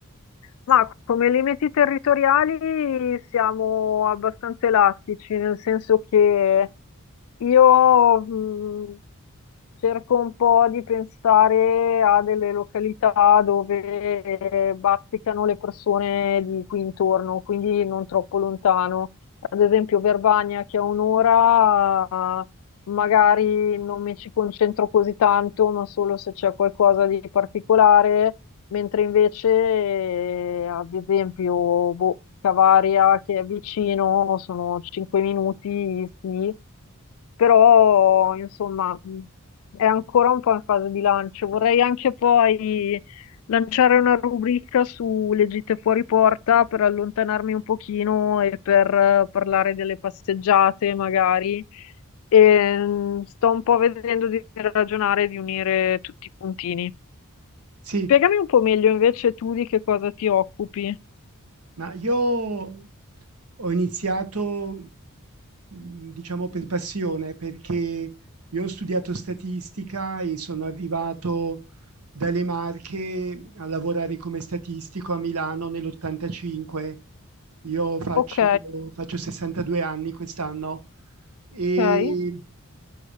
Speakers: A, on the left; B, on the right.
A: Ma come limiti territoriali siamo abbastanza elastici, nel senso che io, mh, Cerco un po' di pensare a delle località dove eh, bazzicano le persone di qui intorno, quindi non troppo lontano. Ad esempio Verbania, che a un'ora, eh, magari non mi ci concentro così tanto, ma solo se c'è qualcosa di particolare, mentre invece, eh, ad esempio, boh, Cavaria, che è vicino, sono 5 minuti, sì però insomma mh, è ancora un po' in fase di lancio. Vorrei anche poi lanciare una rubrica sulle gite fuori porta per allontanarmi un pochino e per eh, parlare delle passeggiate magari. E, mh, sto un po' vedendo di ragionare e di unire tutti i puntini.
B: Sì,
A: Spiegami un po' meglio invece tu di che cosa ti occupi.
B: ma io ho iniziato, mhmm, diciamo per passione, perché io ho studiato statistica e sono arrivato dalle Marche a lavorare come statistico a Milano nell'85. Io faccio
A: Ok,
B: faccio 62 anni quest'anno. E
A: ok.